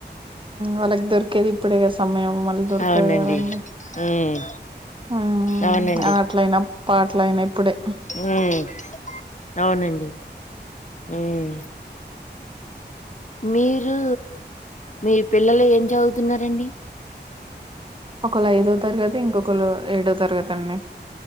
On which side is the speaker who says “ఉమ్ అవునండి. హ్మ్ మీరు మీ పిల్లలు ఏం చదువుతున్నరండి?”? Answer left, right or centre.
Left